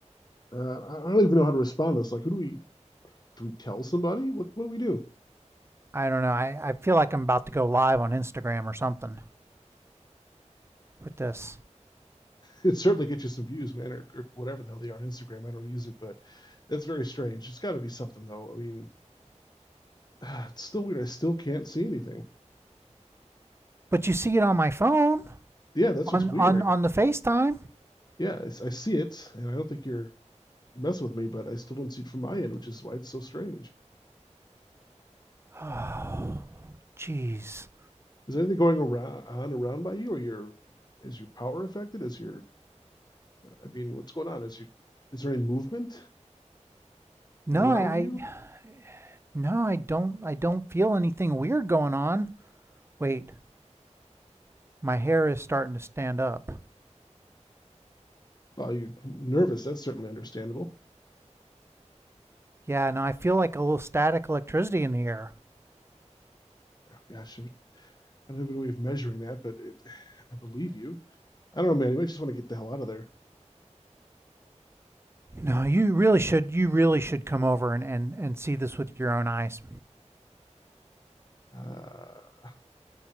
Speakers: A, on the left (about 35°); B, on the right (about 20°).
A: Uh, I don't even know how to respond to this. Like, who do we do we tell somebody? What what do we do?
B: I don't know. I, I feel like I'm about to go live on Instagram or something with this.
A: It certainly gets you some views, man, or, or whatever the hell they are on Instagram. I don't use it, but that's very strange. It's got to be something though. I mean, <sighs> it's still weird. I still can't see anything.
B: But you see it on my phone
A: Yeah, that's
B: on
A: what's weird.
B: on on the FaceTime. <sighs>
A: Yeah, I see it, and I don't think you're mess with me, but I still don't see it from my end, which is why it's so strange.
B: Oh, jeez.
A: Is there anything going around on around by you, or your is your power affected? Is your I mean, what's going on? Is you is there any movement
B: No,
A: around
B: I,
A: you?
B: I No, I don't I don't feel anything weird going on. Wait, my hair is starting to stand up.
A: Well, you're nervous. That's certainly understandable.
B: Yeah, no, I feel like a little static electricity in the air.
A: Oh, gosh, I don't have any way of measuring that, but it, I believe you. I don't know, man. You might just want to get the hell out of there.
B: No, you really should you really should come over and and, and see this with your own eyes.
A: Uh,